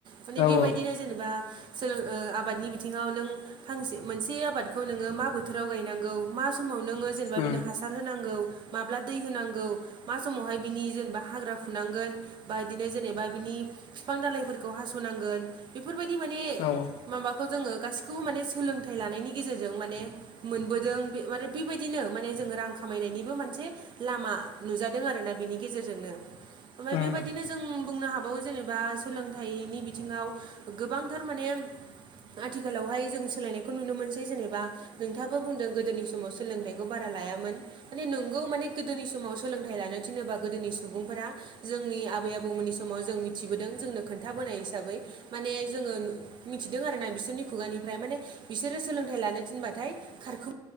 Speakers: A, on the right; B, on the left.
A: माने बेबायदिनो
B: औ औ
A: जेनेबा सोलों ओ आबादनि बिथिङाव नों फांसे मोनसे आबादखौ नोङो मा बोथोराव गायनांगौ मा समाव नोङो जेनेबा
B: उम
A: बिनो हासा सार होनांगौ माब्ला दै होनांगौ मा समावहाय बिनि जेनेबा हाग्रा फुनांगोन बा इदिनो जेनेबा बिनि बिफां दलाइफोरखौ हास'नांगोन बेफोरबायदि माने
B: औ औ
A: माबाखौ जोङो गासिखौबो माने सोलोंथाइ लानायनि गेजेरजों माने मोनबोदों बे आरो बेबायदिनो माने जोङो रां खामायनायनिबो मोनसे लामा नुजादों आरोना बिनि गेजेरजोंनो ओमफाय
B: उम
A: बेबायदिनो जों बुंनो हाबावौ जेनेबा सोलोंथाइनि बिथिङाव गोबांथार माने आथिखालावहाय जों सोलायनायखौ नुनो मोनस ऐ जेनेबा नोंथाङाबो बुंदों गोदोनि समाव सोलोंथाइखौ बारा लायामोन। माने नोंगौ माने गोदोनि समाव सोलोंथाइ लानो थिनोबा गोदोनि सुबुंफोरा जोंनि आबै आबौमोननि समाव जों मिथिबोदों जोंनो खोन्थाबोनाय हिसाबै। माने जोङो नु मिथिदों आरोना बिसोरनि खुगानिफ्राय माने बिसोरो सोलों थाय लानो थिनबाथाय खारखु